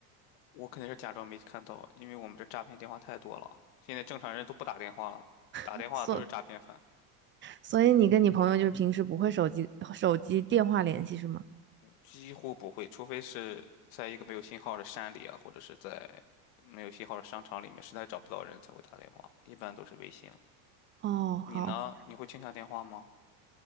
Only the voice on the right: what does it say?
所所以你跟你朋友就是平时不会手机手机电话联系是吗？
哦，
好，